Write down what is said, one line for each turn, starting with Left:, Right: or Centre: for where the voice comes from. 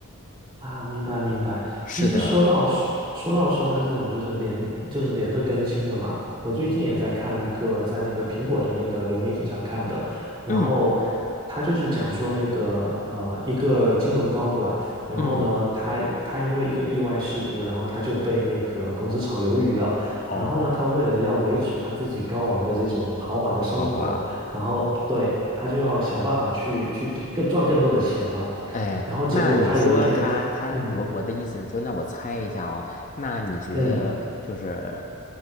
Right: 啊，明白明白。
Left: 是的，
Right: 其实说到说到说它这种就是连就是连着更新的嘛，我最近也在看一个在那个苹果的那个流媒体上看的，然后
Left: 嗯
Right: 他就是讲说那个呃一个金融高管，然后呢他他因为一个意外事故，
Left: 嗯，
Right: 然后他就被那个公司炒鱿鱼了，
Left: 哦，
Right: 然后呢他为了要维持他自己高昂的这种豪华的生活，
Left: 豪华，
Right: 然后对他就要想办法去去更赚更多的钱嘛。
Left: 哎，
Right: 然后结果他有一天，
Left: 那你说他他，
Right: 嗯
Left: 我我的意思是说，那我猜一下哦，那你觉得就是
Right: 嗯，